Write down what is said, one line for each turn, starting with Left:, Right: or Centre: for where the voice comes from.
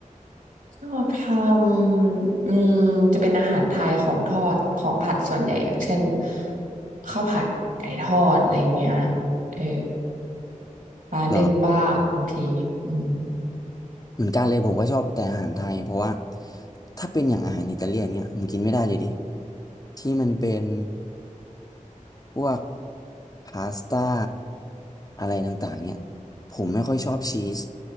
Right: ทอดทำอืมจะเป็นอาหารไทยของทอดของผัดส่วนใหญ่อย่างเช่นข้าวผัดไก่ทอดอะไรอย่างเงี้ยเออปลานึ่งบ้างบางทีอืม
Left: เหรอ เหมือนกันเลยผมก็ชอบแต่อาหารไทยเพราะว่าถ้าเป็นอย่างอาหารอิตาเลียนเนี้ยผมกินไม่ได้เลยดิที่มันเป็นพวกพาสต้าอะไรต่างๆเนี่ยผมไม่ค่อยชอบชีส